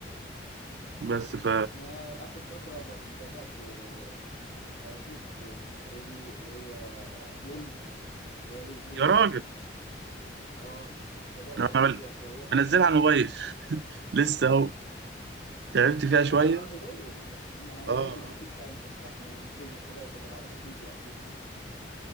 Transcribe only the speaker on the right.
بس ف
يا راجل
انا
بل-
منزلها على الموبايل لسه اهو تعبت فيها شويه
اه
اه